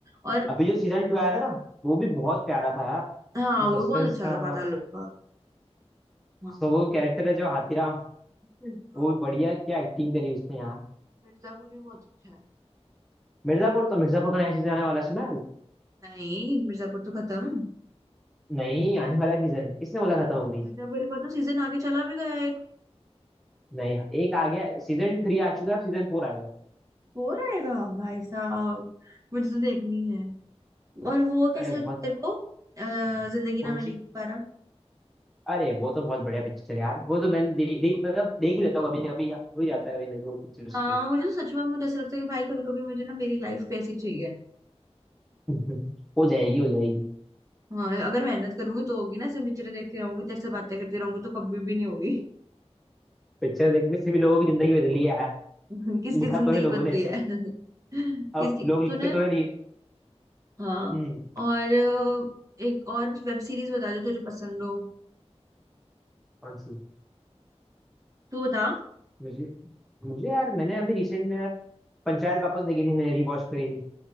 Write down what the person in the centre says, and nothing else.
अभी जो सीजन टू आया था ना वो भी बहुत प्यारा था यार
जो
सस्पेंस
था
उसका वो कैरेक्टर है जो हाथीराम
वो भी बढ़िया क्या एक्टिंग करी उसने यार
मिर्जापुर तो मिर्जापुर का नया सीजन आने वाला है, सुना है अभी?
नहीं आने वाला सीजन किसने बोला खत्म हो गई
नहीं एक आ गया सीजन थ्री आ चुका है अब सीजन फोर आएगा
अरे बहुत
कौन
सी
अरे वो तो बहुत बढ़िया पिक्चर है यार वो तो मैंने दे, दे, मतलब देख ही लेता हूँ कभी ना कभी यार, हो ही जाता है कभी ना कभी वो पिक्चर्स
तो
<laughs> हो जाएगी हो जाएगी
पिक्चर देखने से भी लोगों की जिंदगी बदली है यार
लिखा
तो है लोगों
ने ऐसा
अब लोग लिखते
तो है री-
हम्म
कौन सी
मुझे मुझे यार मैंने अभी रिसेंट में यार पंचायत वापस देखी थी मैंने रिवॉच करी थी